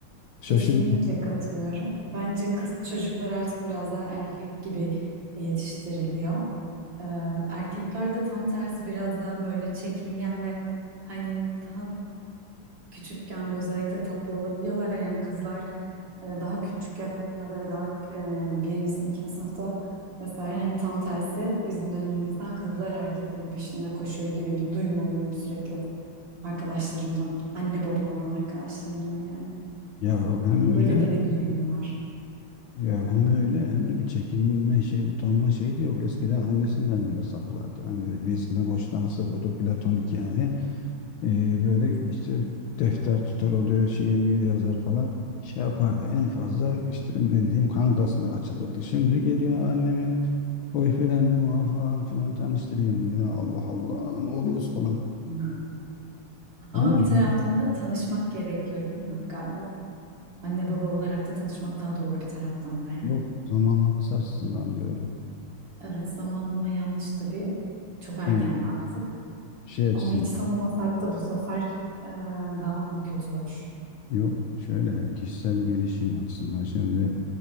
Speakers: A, on the left; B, on the right.
A: Şaşırdım.
B: Kesinlikle katılıyorum. Bence kız çocukları artık biraz daha erkek gibi yetiştiriliyor. Ee, erkekler de tam tersi biraz daha böyle çekingen ve hani daha küçükken de özellikle tatlı olabiliyorlar. Yani kızlar e, daha küçük yaşlarda ve daha e, birinci, sınıf- ikinci sınıfta vesaire hani tam tersi bizim dönemimizden kızlar erkeklerin peşinde koşuyor gibi bir duyum alıyorum sürekli arkadaşlarımdan. Anne baba olan arkadaşlarımdan yani.
A: Ya hem öyle
B: Öyle de bir durum var.
A: Ya hem öyle hem de bir çekinme şey, utanma şeyi de yok. Eskiden annesinden bile saklardı. Hani böyle birisinden hoşlansa böyle platonik yani. Ee, böyle işte defter tutar oraya şiir miyir yazar falan. Şey yapardı en fazla işte ne diyeyim kankasına açılırdı. Şimdi geliyor anne benim boyfriendim var falan filan tanıştırayım mı? Ya Allah Allah ne oluyoruz falan.
B: Hmm. Ama
A: Değil mi?
B: bir taraftan da tanışmak gerekiyor değil mi galiba? Anne baba olarak da tanışmak daha doğru bir taraftan da yani.
A: Yok zamanlaması açısından diyorum.
B: Evet zamanlama yanlış tabii. Çok erken
A: Yani
B: artık.
A: şey açısından.
B: Ama hiç tanımasak da bu sefer e, daha mı kötü olur?
A: Yok şöyle ya kişisel gelişim açısından şimdi